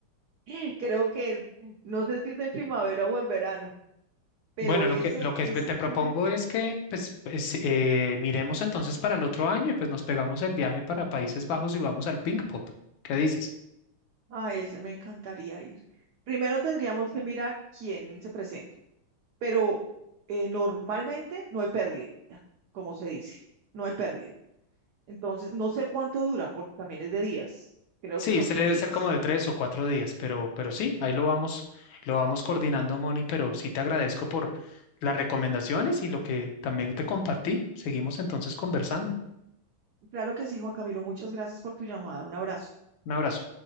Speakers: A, on the right; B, on the left.
A: <laughs> Creo que, no sé si es en primavera o en verano, pero
B: Bueno,
A: ese,
B: lo que, lo que
A: ese
B: es, te
A: es
B: propongo
A: un,
B: es que pues, pues, eh, miremos entonces para el otro año y pues nos pegamos el viaje para Países Bajos y vamos al Pink Pop. ¿Qué dices?
A: a ese me encantaría ir. Primero tendríamos que mirar quién se presenta, pero eh, normalmente no hay pérdida, como se dice, no hay pérdida. Entonces, no sé cuánto dura, porque también es de días. Creo
B: Sí,
A: que son
B: se
A: tres
B: debe
A: días.
B: ser como de tres o cuatro días, pero, pero sí, ahí lo vamos, lo vamos coordinando, Moni, pero sí te agradezco por las recomendaciones y lo que también te compartí. Seguimos entonces conversando.
A: Claro que sí, Juan Camilo, muchas gracias por tu llamada. Un abrazo.
B: Un abrazo.